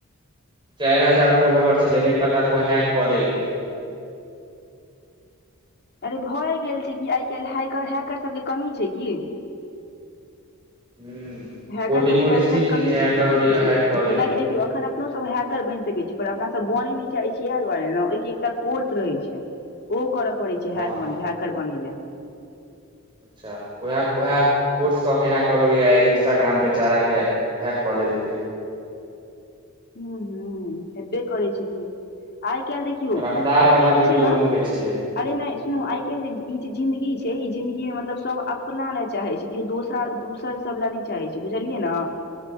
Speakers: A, on the right; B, on the left.
A: चाइर हजार फोलोवर छलै नहि पता कोइ हैक कऽ लेलकै
B: अरे भऽ गेल छै कि आइ काल्ह हैकर हैकर सबके कमी छै की
A: हं
B: हैकर
A: कोडिंग
B: सबके
A: ओरी
B: आइ काल्हि
A: सिखल
B: कमी
A: एक
B: किछो
A: आ
B: नहि
A: ओरी
B: छै
A: ह को
B: जेनाकि देखियौ अखन अपनो सब हैकर बइन सकै छी पर अपना सब बने नहि चाहैत छी इएह दुआरे ने ओहि के एकटा कोर्स रहै छै ओ करय पड़ै छै
A: हँ
B: हैक बने हैकर बनै लय
A: अच्छा उएह उएह कोर्स कऽ के इएह कर रहियै इंस्टाग्राम बेचारा के हैक कलेल के
B: हूँ हूँ हैबे करै छै कि आइ कैल देखि किओ
A: रंगदार
B: आइ
A: वाला
B: कैल जे
A: वीडियो
B: छै ने
A: बनबै छलै
B: अरे नइ सुनू आई कैल जे ई जे जिंदगी छै ई जिंदगी में मतलब सब अपना ले चाहै छै केओ दोसरा दोसरसभ लए नय चाहैत छै बुझलियै ने